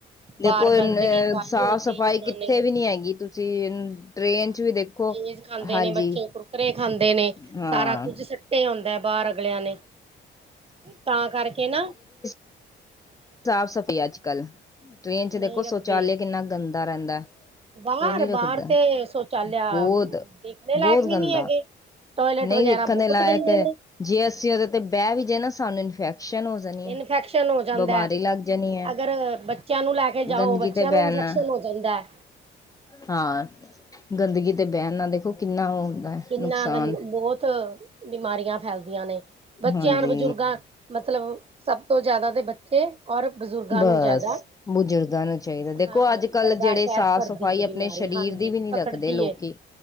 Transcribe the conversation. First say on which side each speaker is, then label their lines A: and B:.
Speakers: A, on the right (about 30°); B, on the left (about 15°).
A: ਬਾਹਰ
B: ਦੇਖੋ ਏਨ
A: ਗੰਦਗੀ ਪਾਈ
B: ਸਾਫ਼-ਸਫ਼ਾਈ
A: ਹੁੰਦੀ ਹੈ ਉਹਨਾਂ
B: ਕਿੱਥੇ
A: ਨੇ
B: ਵੀ ਨੀ ਹੈਗੀ, ਤੁਸੀਂ ਟ੍ਰਰੇਨ 'ਚ' ਵੀ ਦੇਖੋ
A: ਲੇਜ਼ ਖਾਂਦੇ
B: ਹਾਂਜੀ
A: ਨੇ ਬੱਚੇ ਕਰੂ ਕੁਰਕਰੇ ਖਾਂਦੇ ਨੇ,
B: ਹਾਂ
A: ਸਾਰਾ ਕੁੱਝ ਸੱਟੇ ਆਉਂਦਾ ਐ ਬਾਹਰ ਅਗਲਿਆਂ ਨੇ ਤਾਂ ਕਰਕੇ ਨਾਂ
B: <inaudible> ਸਾਫ਼-ਸਫੀ ਅੱਜ-ਕੱਲ ਟ੍ਰੇਨ 'ਚ'
A: ਨਹੀਂ
B: ਦੇਖੋ
A: ਰੱਖਦੇ
B: ਸ਼ੌਚਾਲਯ ਕਿੰਨਾ ਗੰਦਾ ਰਹਿੰਦਾ।
A: ਬਾਹਰ
B: ਕੋਈ ਨੀ ਰੱਖਦਾ,
A: ਬਾਹਰ ਤੇ ਸ਼ੌਚਾਲਿਆ
B: <inaudible> ਬਹੁਤ
A: ਦੇਖਣੇ
B: <inaudible>
A: ਲਾਇਕ
B: ਬਹੁਤ
A: ਵੀ
B: ਗੰਦਾ
A: ਨਹੀਂ ਹੈਗੇ ਟੋਇਲੇਟ
B: ਨਹੀਂ
A: ਵਗੈਰਾ
B: ਵੇਖਣ
A: ਬਹੁਤ
B: ਦੇ ਲਾਇਕ,
A: ਗੰਦੇ ਨੇ
B: ਜੇ ਅਸੀਂ ਉਹਦੇ 'ਤੇ ਬਹਿ ਵੀ ਜੇ ਨਾ ਸਾਨੂੰ ਇਨਫੈਕਸ਼ਨ ਹੋ ਜਾਣੀ
A: ਇਨਫੈਕਸ਼
B: ਹੈ
A: ਨ ਹੋ ਜਾਂਦਾ
B: ਬਿਮਾਰੀ ਲੱਗ
A: <inaudible>
B: ਜਾਣੀ ਹੈ
A: ਅਗਰ ਬੱਚਿਆਂ ਨੂੰ ਲੈ ਕੇ ਜਾਓ,
B: ਗੰਦਗੀ
A: ਬੱਚਿਆਂ
B: ਤੇ ਬਹਿਣਾ
A: ਨੂੰ ਇਨਫੈਕਸ਼ਨ ਹੋ ਜਾਂਦਾ।
B: ਹਾਂ, <inaudible> ਗੰਦਗੀ 'ਤੇ ਬਹਿਣ ਨਾਲ ਦੇਖੋ ਕਿੰਨਾ ਉਹ ਹੈ
A: ਕਿੰਨਾ
B: ਨੁਕਸਾਨ
A: ਗੰ ਬਹੁਤ ' <inaudible> ' ਬਿਮਾਰੀਆਂ ਫੈਲਦੀਆਂ ਨੇ ਬੱਚਿਆਂ
B: ਹਾਂਜੀ
A: ਔਰ ਬਜ਼ੁਰਗਾਂ ਮਤਲਬ, ਸਭ ਤੋਂ ਜਿਆਦਾ 'ਤੇ ਬੱਚੇ ਔਰ ਬਜ਼ੁਰਗਾਂ
B: ਬਸ,
A: ਨੂੰ ਜ਼ਿਆਦਾ
B: ਬਜ਼ੁਰਗਾਂ ਨੂੰ ਚਾਹੀਦਾ ਦੇਖੋ
A: ਹਾਂ
B: ਅੱਜ-ਕੱਲ੍ਹ
A: ਜ਼ਿਆਦਾ
B: ਜਿਹੜੇ
A: ਅਟੈਚ
B: ਸਾਫ਼-
A: ਕਰਦੀ
B: ਸਫ਼ਾਈ
A: ਹੈ
B: ਅ
A: ਬਿਮਾਰੀ
B: ਆਪਣੇ ਸਰੀਰ
A: ਹਾਂਜੀ
B: ਦੀ ਵੀ ਨਹੀਂ
A: ਪਕੜਦੀ
B: ਰੱਖਦੇ ਲੋਕੀ
A: ਏ